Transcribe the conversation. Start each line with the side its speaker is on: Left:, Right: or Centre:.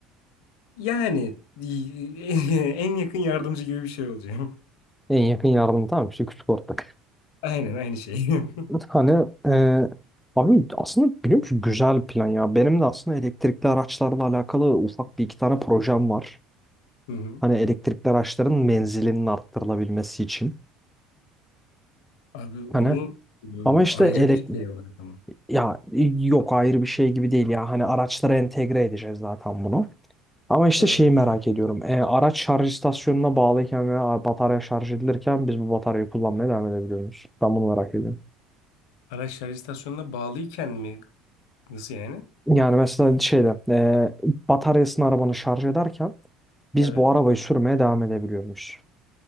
Left: Yani <laughs> en yakın yardımcı gibi bir şey olacağım.
Centre: En yakın yardım tamam işte küçük ortak.
Left: <laughs> Aynen aynı şey. <laughs>
Centre: Hani e, abi aslında biliyor musun güzel plan ya. Benim de aslında elektrikli araçlarla alakalı ufak bir iki tane projem var.
Left: Hı hı.
Centre: Hani elektrikli araçların menzilinin arttırılabilmesi için.
Left: Abi onu
Centre: Hani
Left: e,
Centre: ama işte
Left: ayrı
Centre: elek
Left: bir şey olarak ama.
Centre: ya e, yok ayrı bir şey gibi değil ya. Hani araçlara entegre edeceğiz zaten bunu. Ama işte
Left: Hı.
Centre: şeyi merak ediyorum. E, araç şarj istasyonuna bağlıyken veya batarya şarj edilirken biz bu bataryayı kullanmaya devam edebiliyor muyuz? Ben bunu merak ediyorum.
Left: Araç şarj istasyonuna bağlıyken mi Nasıl yani?
Centre: Yani mesela şeyde e, bataryasını arabanı şarj ederken Biz
Left: Evet.
Centre: bu arabayı sürmeye devam edebiliyormuş.